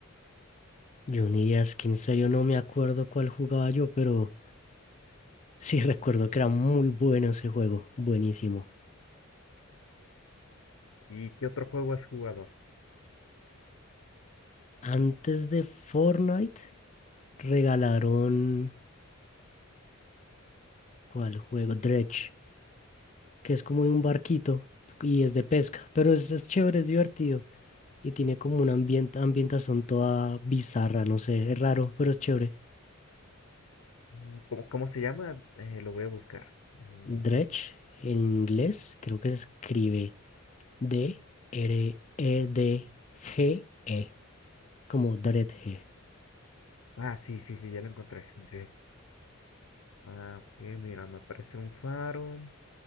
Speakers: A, on the left (about 35°); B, on the left (about 75°).
A: Johnny es que en serio no me acuerdo cuál jugaba yo, pero sí <laughs> recuerdo que era muy bueno ese juego, buenísimo.
B: ¿Y qué otro juego has jugado?
A: Antes de Fortnite regalaron, ¿cuál juego? Dredge, que es como de un barquito y es de pesca, pero es, es chévere, es divertido y tiene como una ambient- ambientación toda bizarra, no sé, es raro, pero es chévere.
B: Mm, ¿Cómo, cómo se llama? Eh, lo voy a buscar. Mm,
A: Dredge en inglés creo que se escribe D, R, E, D, G, E, como Dreadhead.
B: Ah, sí, sí, sí, ya lo encontré. Dread. Ah, ok, mira, me aparece un faro.